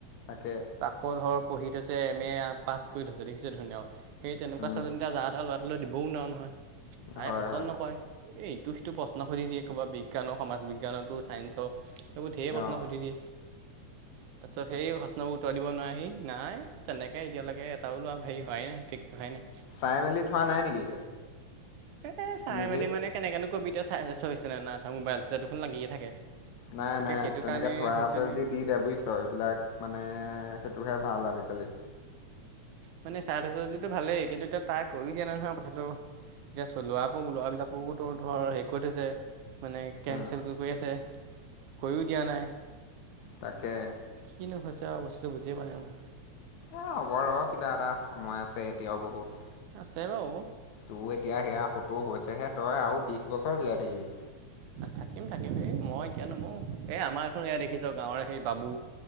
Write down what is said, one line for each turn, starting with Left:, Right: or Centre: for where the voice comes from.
Left: তাকে।
Right: আক ধৰ পঢ়ি থৈছে এম এ পাছ কৰি থৈছে দেখিছে ধুনীয়াও। সেই তেনেকোৱা
Left: উম
Right: ছোৱালজনীটা যা তা ল'ৰা লৈ দিবও নোৱাৰো নহয়, তাই
Left: হয়
Right: পচন্দ
Left: হয়
Right: নকৰে। এ ইটো সিটো প্ৰশ্ন সুধি দিয়ে, ক'ৰবা বিজ্ঞানৰ সমাজ বিজ্ঞানতো ছাইঞ্চৰ সেইবোৰ ঢেৰ প্ৰশ্ন
Left: অঁ।
Right: সুধি দিয়ে। তাৰপিছত সেই প্ৰশ্নবোৰ উত্তৰ দিব নোৱাৰে। এই নাই তেনেকে এতিয়ালৈকে এটাও লোৱা হেৰি হোৱাই নাই ফিক্স হোৱাই নাই।
Left: চাই মেলি থোৱা নাই নেকি?
Right: এ চাই
Left: নিজে?
Right: মেলি মানে কেনেকেনো কবিতা চাই থৈছে নাই নাই থোৱা মোবাইলটোতে দেখুন লাগিয়ে থাকে।
Left: নাই
Right: এতিয়া
Left: নাই
Right: সেইটো
Left: তেনেকে
Right: কাৰণে
Left: থোৱা
Right: ধৰিছোঁ
Left: আছে
Right: নি
Left: যদি দি দে বুজিছ। ত এইবিলাক মানে সেইটোহে ভাল আজিকালি।
Right: মানে চাই থৈছে যদিটো ভালেই কিন্তু এতিয়া তাই কৈও দিয়া নাই নহয় কথাটো। এতিয়া চলোৱাকো লৰা বিলাককোতো ধৰ হেৰি কৰি থৈছে। মানে কেনঞ্চেল
Left: উম
Right: কৰি কৰি আছে কৈও দিয়া নাই।
Left: তাকে।
Right: কিনো হৈছে আও বস্তু বুজিয়ে পোৱা নাই মই
Left: এ হ'ব ৰ কিবা এটা সময় আছে এতিয়াও বহুত।
Right: আছে বাও।
Left: তোৰ এতিয়া সেয়া সতৌ হৈছেহে তই আৰু বিশ বছৰ জীয়াই থাকিবি।
Right: থাকিম থাকিম হে মই এতিয়া নমও এই আমাৰ এখন এয়া দেখিছ গাঁৱৰে সেই বাবু।